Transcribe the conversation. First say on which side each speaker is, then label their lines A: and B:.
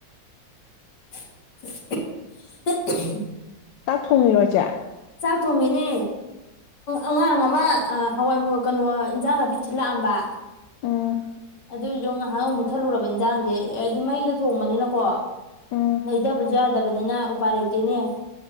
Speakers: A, on the left; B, on the left.
A: <unintelligible>
B: ꯆꯥꯛ ꯊꯣꯡꯉꯤꯔꯣ ꯏꯆꯦ
A: ꯆꯥꯛ ꯊꯣꯡꯉꯤꯅꯦ ꯑꯉꯥꯡ ꯑꯃ ꯍꯋꯥꯏ ꯀꯩꯅꯣ ꯏꯟꯖꯥꯡ ꯅꯥꯄꯤ ꯊꯤꯜꯂꯛꯑꯝꯕ
B: ꯎꯝ
A: ꯑꯗꯨꯏꯁꯨ ꯉꯥꯏꯍꯥꯛ ꯑꯃꯨꯛ ꯊꯜꯂꯨꯔꯕ ꯏꯟꯖꯥꯡꯁꯦ ꯍꯥꯏꯗꯤ ꯃꯩꯗ ꯊꯣꯡꯕꯅꯤꯅꯀꯣ
B: ꯎꯝ
A: ꯂꯩꯗꯕꯁꯨ ꯌꯥꯗꯕꯅꯤꯅ ꯎꯄꯥꯏ ꯂꯩꯇꯦꯅꯦ